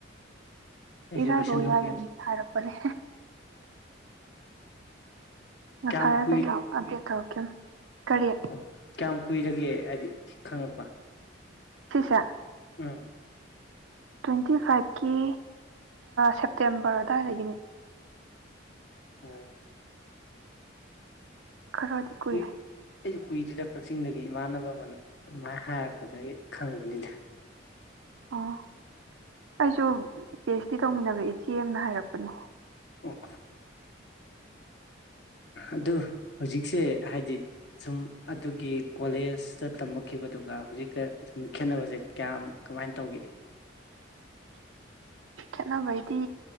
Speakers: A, on the left; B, on the right.
A: ꯑꯩꯁꯨ
B: ꯏꯔꯥꯏꯐꯧ
A: ꯂꯣꯏꯁꯤꯟꯍꯧꯒꯦꯅ
B: ꯌꯥꯏꯒꯅꯤ ꯍꯥꯏꯔꯛꯄꯅꯦ ꯉꯁꯥꯏ
A: ꯀꯌꯥꯝ
B: ꯍꯥꯏꯔ
A: ꯀꯨꯏ
B: ꯀꯩꯅꯣ ꯑꯞꯗꯦꯠ ꯇꯧꯔꯛꯀꯦ ꯀꯔꯤ
A: ꯑꯣ ꯀꯌꯥꯝ ꯀꯨꯏꯔꯒꯦ ꯍꯥꯏꯗꯤ ꯈꯪꯉꯛꯄ
B: ꯆꯤꯁ
A: ꯎꯝ
B: ꯇ꯭ꯋꯦꯟꯇꯤ ꯐꯥꯏꯚꯀꯤ ꯁꯦꯞꯇꯦꯝꯕꯔ ꯑꯗꯨꯋꯥꯏꯗꯒꯤꯅꯤ
A: ꯑꯣ
B: ꯈꯔꯗꯤ ꯀꯨꯏꯔꯦ
A: <inaudible> ꯑꯩꯁꯨ ꯀꯨꯏꯗꯗ ꯀꯛꯆꯤꯡꯗꯒꯤ ꯏꯃꯥꯟꯅꯕ ꯑꯃꯅ ꯑꯗꯨꯃꯥꯏꯅ ꯍꯥꯏꯔꯛꯄꯗꯒꯤ ꯈꯪꯕꯅꯤꯗ
B: ꯑꯣ ꯑꯩꯁꯨ ꯄꯤ ꯑꯩꯆ ꯗꯤ ꯇꯧꯃꯤꯟꯅꯕ ꯏꯆꯦ ꯑꯃꯅ ꯍꯥꯏꯔꯛꯄꯅꯦ
A: ꯑꯣ ꯑꯗꯨ ꯍꯧꯖꯤꯛꯁꯦ ꯍꯥꯏꯗꯤ ꯁꯨꯝ ꯑꯗꯨꯒꯤ ꯀꯣꯂꯦꯖꯇ ꯇꯝꯃꯛꯈꯤꯕꯗꯨꯒ ꯍꯧꯖꯤꯛꯀ ꯁꯨꯝ ꯈꯦꯠꯅꯕꯁꯦ ꯀꯌꯥꯝ ꯀꯃꯥꯏꯅ ꯇꯧꯒꯦ
B: ꯈꯦꯠꯅꯕꯩꯗꯤ